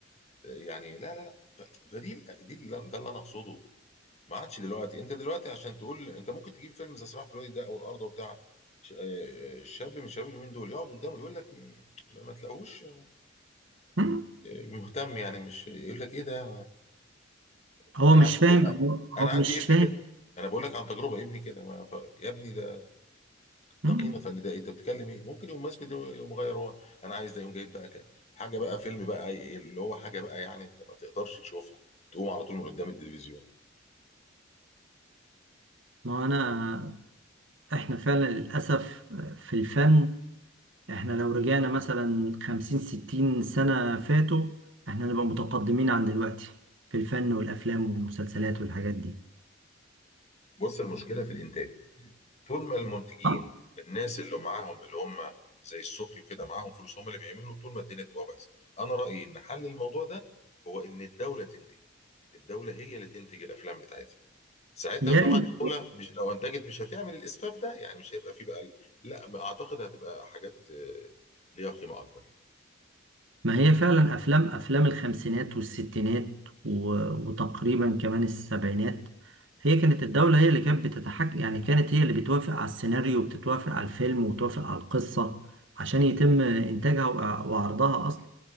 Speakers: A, on the left; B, on the right.
A: آه، يعني لا لا لا ف- فدي دي اللي- ده اللي انا اقصده ما عادش دلوقتي انت دلوقتي عشان تقول انت ممكن تجيب فيلم زي صراع في الوادي ده او الارض وبتاع ش- آه، شاب من شباب اليومين دول يقعد قدامه يقول لك م- ما تلاقوش آه،
B: أه
A: مهتم يعني مش يقول لك ايه ده
B: هو
A: انا
B: مش
A: عندي
B: فاهم هو هو
A: انا عندي
B: مش
A: ابني
B: فاهم
A: كده انا بقول لك عن تجربه ابني كده ما ف... يا ابني ده ده
B: مم.
A: قيمه فن ده انت بتتكلم ايه ممكن يقوم ماسك ده يقوم غير هو انا عايز ده يقوم جايب بقى ك- حاجه بقى فيلم بقى أي- إيه، اللي هو حاجه بقى يعني انت ما تقدرش تشوفها تقوم على طول من قدام التلفزيون
B: ما هو انا احنا فعلا للاسف في الفن احنا لو رجعنا مثلا خمسين ستين سنة فاتوا احنا نبقى متقدمين عن دلوقتي في الفن والافلام والمسلسلات والحاجات دي
A: بص المشكله في الانتاج طول ما المنتجين
B: آه،
A: الناس اللي معاهم اللي هم زي السوقي كده معاهم فلوس هم اللي بيعملوا طول ما الدنيا تبقى بايظه انا رايي ان حل الموضوع ده هو ان الدوله تنتج الدوله هي اللي تنتج الافلام بتاعتها ساعتها
B: يا
A: طبعا
B: ريت
A: الدوله مش لو انتجت مش هتعمل الاسفاف ده يعني مش هيبقى فيه بقى ال- لا ما اعتقد هتبقى حاجات آه، ليها قيمه اكبر يعني
B: ما هي فعلا افلام افلام الخمسينات والستينات و... وتقريبا كمان السبعينات هي كانت الدولة هي اللي كانت بتتحكم يعني كانت هي اللي بتوافق على السيناريو وبتتوافق على الفيلم وتوافق على القصة عشان يتم انتاجها وع- وعرضها اصلا